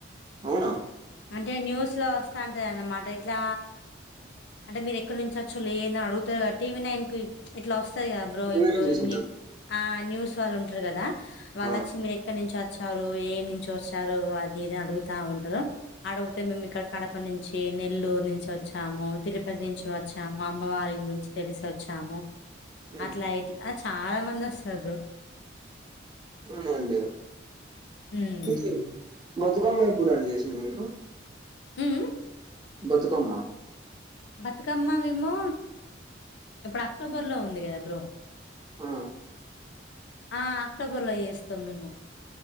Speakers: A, on the right; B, on the left.
A: అవునా
B: అంటే న్యూస్ లో వస్తాంటది అన్నమాట ఇట్లా అంటే మీరు ఎక్కడ నుంచి వచ్చు లే ఏని అడుగుతారు కదా టీవీ నైన్కి ఇట్లా వస్తంది కదా బ్రో
A: మీరే
B: ఇప్పుడు
A: చేసింటారు
B: ఆ న్యూస్ వాళ్ళు ఉంటారు కదా వాళ్ళు
A: ఆ
B: వచ్చి మీరు ఎక్కడి నుంచి వచ్చారు ఏ నుంచి వచ్చారు అది ఇది అడుగుతా ఉంటారు ఆడవతే మ మీమ్ ఇక్కడ కడ అప్పటి నుంచి నెల్లూరు నుంచి వచ్చాము తిరుపతి నుంచి వచ్చాము అమ్మవారి గురించి తెలిసి వచ్చాము
A: ఉమ్
B: అట్లా ఇట్లా చాలా మంది వస్తారు బ్రో
A: అవునండి
B: హ్మ్
A: ఇది బతుకమ్మ ఎప్పుడు అండి చేసింది మీరు
B: ఉ మ్
A: బతుకమ్మ
B: బతుకమ్మ మేమో ఇప్పుడు అక్టోబర్ లో ఉంది కదా బ్రో
A: ఆ
B: ఆ అక్టోబర్ లో చేస్తాం మేము